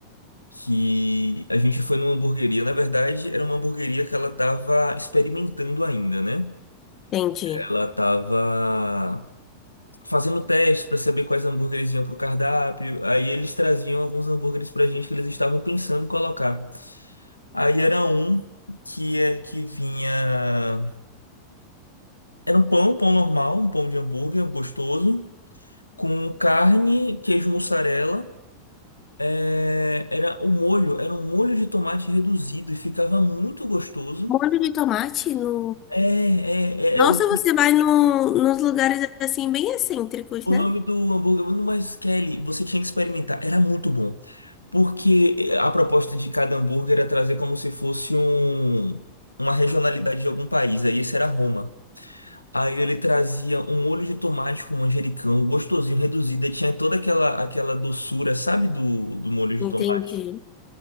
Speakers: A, on the left; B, on the left.
A: que a gente foi numa hamburgueria. Na verdade, era uma hamburgueria que ela estava experimentando ainda, né?
B: Entendi.
A: Ela estava fazendo testes para saber quais hambúrgueres iam pro cardápio. Aí eles traziam alguns hambúrgueres pra gente que eles estavam pensando em colocar. Aí era um que é que vinha. Era um pão, um pão normal, um pão de hambúrguer gostoso, com carne, queijo mussarela. É, era o molho, era um molho de tomate reduzido e ficava muito gostoso.
B: Molho de tomate no...
A: É, é,
B: Nossa,
A: é, é, o,
B: você vai no, nos lugares assim bem excêntricos,
A: o
B: né?
A: nome do hambúrguer, mas Kelly, você tinha que experimentar, era muito bom. Porque eh, a proposta de cada hambúrguer era trazer como se fosse um, uma regionalidade de algum país, aí esse era Roma. Aí ele trazia um molho de tomate com manjericão, gostosinho, reduzido, e tinha toda aquela, aquela doçura, sabe, do, do molho
B: Entendi.
A: de tomate.